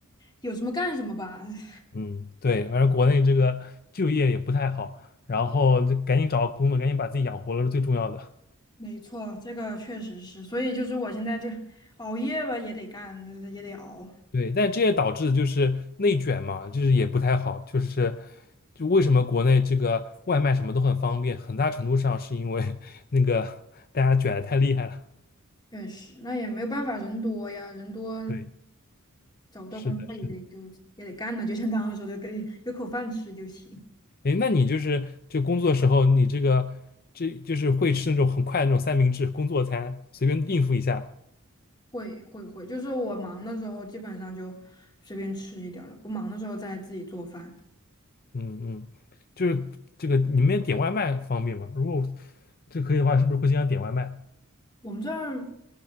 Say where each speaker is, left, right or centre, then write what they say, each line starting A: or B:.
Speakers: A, on the left; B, on the left.
A: 有什么干什么吧。<laughs>
B: 嗯，对，反正国内这个就业也不太好，然后就赶紧找个工作，赶紧把自己养活了是最重要的。
A: 没错，这个确实是，所以就是我现在就熬夜吧，也得干，也得熬。
B: 对，但这也导致就是内卷嘛，就是也不太好。就是就为什么国内这个外卖什么都很方便，很大程度上是因为 <laughs> 那个大家卷的太厉害了。
A: 确实，那也没有办法，人多呀，人多
B: 对，
A: 找不到工作也得就也得干呢，
B: 是的，是的。
A: 就像刚刚说的，给有口饭吃就行。
B: 诶，那你就是就工作的时候，你这个这就是会吃那种很快的那种三明治工作餐，随便应付一下。
A: 会会会，就是我忙的时候基本上就随便吃一点儿了，不忙的时候再自己做饭。
B: 嗯嗯，就是这个你们点外卖方便吗？如果这可以的话，是不是会经常点外卖？
A: 我们这儿